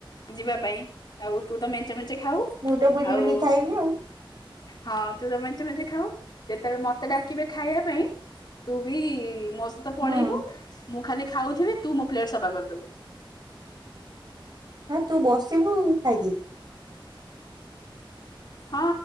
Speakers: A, on the left; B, on the right.
A: ଯିବା ପାଇଁ ଆଉ ତୁ ତ ମେ ମେଞ୍ଚେ ଖାଉ
B: ମୁଁ ତ ବୁଲି
A: ଆଉ
B: ବୁଲି ଖାଇବି ଆଉ।
A: ହଁ ତୁ ତ ମେ ମେଞ୍ଚେ ମେଞ୍ଚେ ଖାଉ ଯେତେବେଳେ ମତେ ଡାକିବେ ଖାଇବା ପାଇଁ ତୁ ବି ମୋ ସ ପଳେଇବୁ
B: ହୁଁ
A: ମୁଁ ଖାଲି ଖାଉଥିବି ତୁ ମୋ ପ୍ଲେଟ ସଫା କରିଦବୁ।
B: ହଁ ତୁ ବସିିବୁ ମୁଁ ଖାଇଦେବି
A: ହଁ